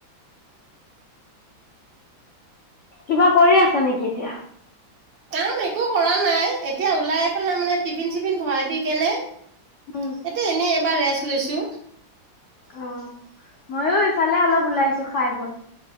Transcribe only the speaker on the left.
কিবা কৰি আছা নেকি এতিয়া।
উম,
অ' ময়ো ইফালে অলপ ওলাই আহিছো খাই বৈ